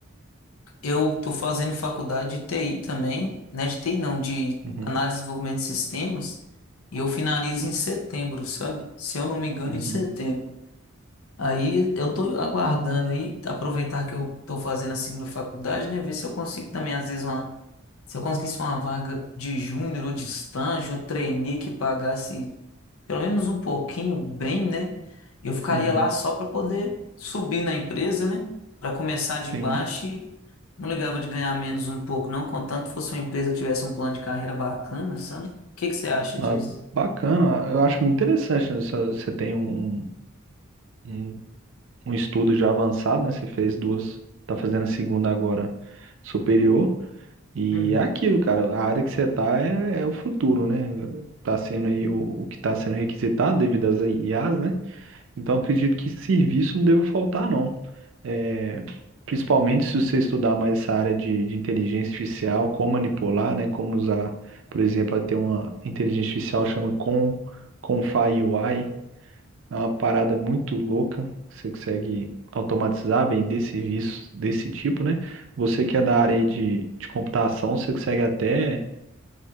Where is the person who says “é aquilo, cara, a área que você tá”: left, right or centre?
Right